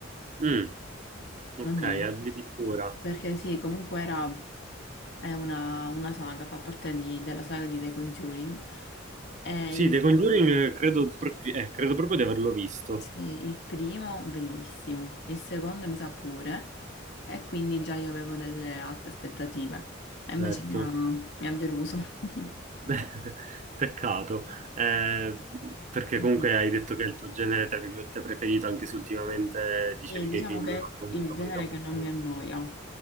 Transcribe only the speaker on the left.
Mhm.
Perché sì, comunque era, è una, una saga, fa parte di- della saga di The Conjuring. E
Sì, il primo bellissimo, il secondo mi sa pure, e quindi già io avevo delle alte aspettative, e invece
mi ha, mi ha deluso. <laughs>
Mhm.
Sì, diciamo
che è
il
genere
che
non
mi annoia.